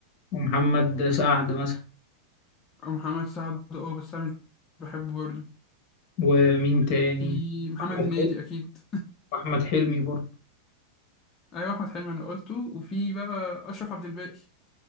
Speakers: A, on the left; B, on the left.
A: ومحمد سعد مثلا
B: ومحمد سعد اه بس انا مش بحبه برضه
A: ومين تاني
B: في محمد
A: احمد
B: هنيدي
A: حلمي
B: اكيد
A: واحمد حلمي برضه
B: <laughs> ايوه احمد حلمي انا قلته وفي بقى اشرف عبد الباقي